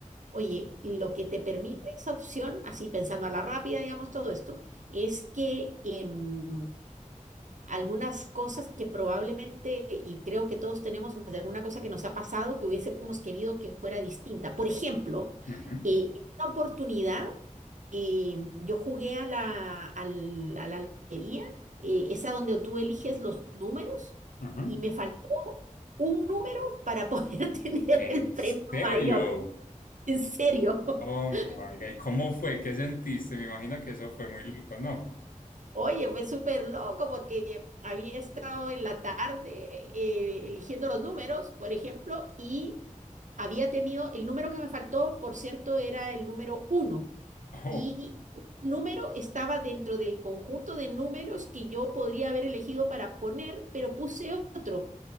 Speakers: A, on the right; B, on the left.
A: Oye, lo que te permite esa opción, así pensando a la rápida, digamos, todo esto, es que em, algunas cosas que probablemente, y creo que todos tenemos más de alguna cosa que nos ha pasado que hubiésemos querido que fuera distinta. Por ejemplo,
B: Ujú,
A: eh, esta oportunidad eh, yo jugué a la, al- a la lotería, eh, esa donde tú eliges los números,
B: ujú.
A: y me faltó un número para poder <laughs> tener
B: ¿En
A: el premio
B: serio?
A: mayor. En serio.
B: Oh my
A: <laughs>
B: God. ¿Y cómo fue? ¿Qué sentiste? Me imagino que eso fue muy loco, ¿no?
A: Oye, fue súper loco porque había estado en la tarde eh, eligiendo los números, por ejemplo, y había tenido, el número que me faltó, por cierto, era el número uno.
B: Oh.
A: Y número estaba dentro del conjunto de números que yo podría haber elegido para poner, pero puse otro.